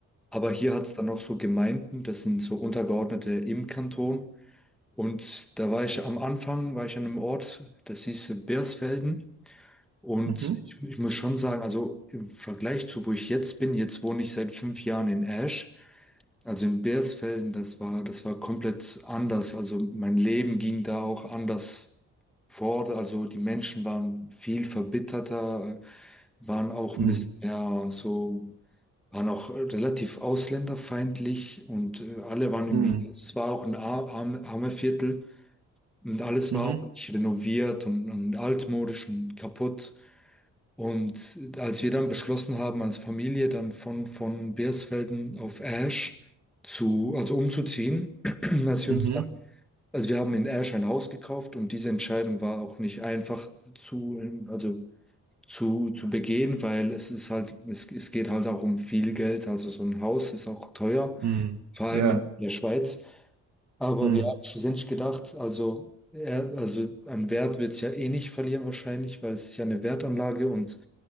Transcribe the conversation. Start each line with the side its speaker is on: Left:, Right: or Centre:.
Centre: aber hier hat's dann noch so Gemeinden, das sind so Untergeordnete im Kanton. Und da war ich am Anfang, war ich an einem Ort, das hieß Bersfelden. Und
Right: Mhm.
Centre: ich, ich muss schon sagen, also im Vergleich zu wo ich jetzt bin, jetzt wohne ich seit fünf Jahren in Ash, also in Beersfelden, das war, das war komplett anders. Also mein Leben ging da auch anders fort. Also die Menschen waren viel verbitterter, äh, waren auch
Right: Mhm.
Centre: ein bisschen mehr so, waren auch äh, relativ ausländerfeindlich und äh, alle waren irgendwie,
Right: Mhm.
Centre: es war auch ein ar- arm- armer Viertel und alles
Right: Mhm.
Centre: war auch nicht renoviert und, und altmodisch und kaputt. Und als wir dann beschlossen haben, als Familie dann von, von Beersfelden auf Ash zu, also umzuziehen, <clears throat> als wir
Right: Mhm.
Centre: uns dann, also wir haben in Ash ein Haus gekauft und diese Entscheidung war auch nicht einfach zu, also zu, zu begehen, weil es ist halt, es, es geht halt auch um viel Geld. Also so ein Haus ist auch teuer,
Right: Mhm.
Centre: vor allem
Right: Ja.
Centre: in der Schweiz. Aber
Right: Mhm.
Centre: wir haben schlussendlich gedacht, also, er, also an Wert wird es ja eh nicht verlieren wahrscheinlich, weil es ist ja eine Wertanlage und